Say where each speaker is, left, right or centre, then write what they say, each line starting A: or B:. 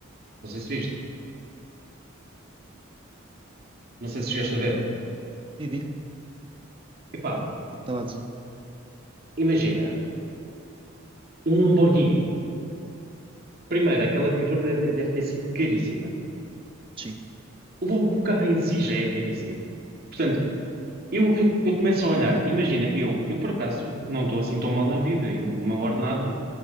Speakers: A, on the right; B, on the right.
A: Não sei se viste, não sei se chegaste a ver.
B: Vivi, é
A: Epá,
B: o que estava a dizer.
A: imagina, um Lamborghini. Primeiro, aquela pintura de- deve ter sido caríssima.
B: Sim,
A: Logo, o carro em si já é caríssimo. Portanto, eu, eu, eu começo a olhar, imagina, eu, eu por acaso não estou assim tão mal na vida e o meu ordenado